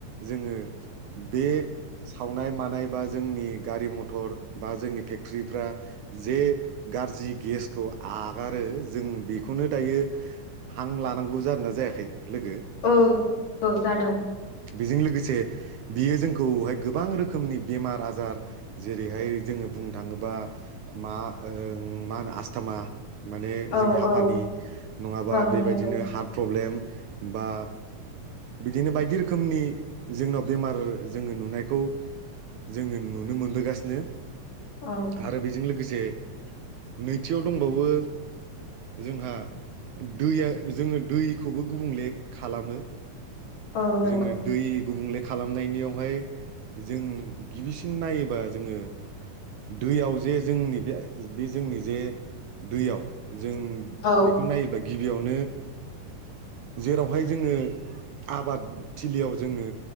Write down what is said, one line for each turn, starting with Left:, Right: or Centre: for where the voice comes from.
Right: जोङो बे सावनाय मानाय बा जोंनि गारि मथर बा जोंनि फेक्टरिफ्रा जे गाज्रि गेसखौ आगारो जों बेखौनो दायो हां लानांगौ जादों ना जायाखै? लोगो
Left: औ औ जादों
Right: बेजों लोगोसे बियो जोंखौहाय गोबां रोखोमनि बेमार आजार जेरैहाय जोङो बुंनो थाङोबा मा मा होनो आस्थमा माने
Left: औ
Right: जों हाफानि
Left: औ
Right: नङाबा
Left: ओं
Right: बेबायदिनो
Left: नंगौ
Right: हार्ट प्रब्लेम बा बिदिनो बायदि रोखोमनि जोंनाव बेमार जोङो नुनायखौ जोङो नुनो मोनबोगासिनो
Left: ओं
Right: आरो बेजों लोगो स से नैथियाव दंबावो जोंहा दैया जोङो दैखौबो गुबुंले खालामो
Left: औ नंगौ
Right: जोङो दै गुबुंले खालामनायनियावहाय जों गिबिसिन नायोबा जोङो दैयाव जे जोंनि बे बे जोंनि जे दैयाव जों
Left: औ
Right: बेखौ नायोबा गिबियावनो जेरावहाय जोङो आबादथिलियाव जोङो